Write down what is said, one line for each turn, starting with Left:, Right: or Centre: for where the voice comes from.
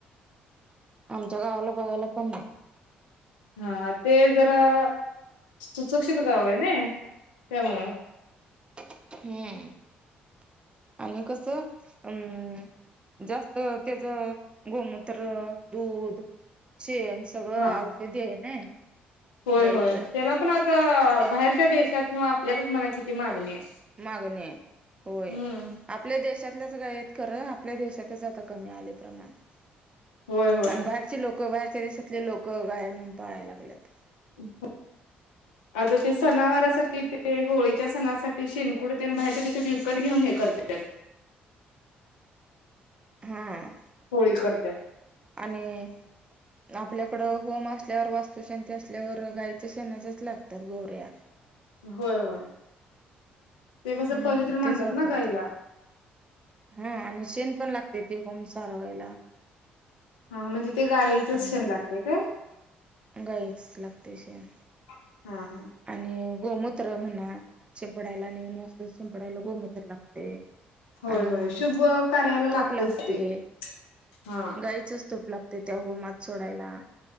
Right: आमच्या गावाला बघायला पण नाही.
Left: हा. ते जरा <inaudible> सुशिक्षित गाव आहे ना त्यामुळं.
Right: हम्म. <inaudible> आणि कसं? अम् जास्त त्याच गोमूत्र, दूध शेन सगळं
Left: हा
Right: औषधी आहे ना.
Left: होय
Right: गाईचं
Left: होय. त्याला पण आता, बाहेरच्या देशातन आपल्यातच मणा किती मागणी आहे.
Right: मागणी आहे होय.
Left: हम्म.
Right: आपल्या देशातल्याच गाई आहेत खरं. आपल्या देशातच आता कमी आले प्रमाण. <inaudible>
Left: होय होय.
Right: आणि बाहेरचे लोक, बाहेरच्या देशातले लोक गाय आणून पाळायला लागल्यात.
Left: हम् आता ते सणावारसाठी, ते होळीच्या सणासाठी, शिनकुड ते बाहेरच्या देशात विकत घेऊन येत करण्यात.
Right: हा
Left: होळी करत्यात.
Right: आणि आपल्याकडं होम असल्यावर, वास्तुशांती असल्यावर, गाईच्या शेणाच्याच लागतात गोवऱ्या.
Left: होय होय. <inaudible> ते
Right: हम्म
Left: कसं पवित्र
Right: तेच
Left: म्हणतात
Right: वापरतात
Left: ना गाईला.
Right: हा. आणि शेण पण लागते, ते होम सारवायला.
Left: हा. म्हणजे ते गाईचच
Right: आणि
Left: शेण लागते काय?
Right: गाईचच लागते शेन.
Left: <inaudible> हा हा.
Right: आणि गोमूत्र म्हणा, शिंपडायला नवीन वास्तु शिंपडायला गोमूत्र लाग ते
Left: होय
Right: आणि
Left: होय शुभ कार्याला लागतच
Right: तूप लागते,
Left: ते हा.
Right: गाईचंच तूप लागते. त्या होमात सोडायला.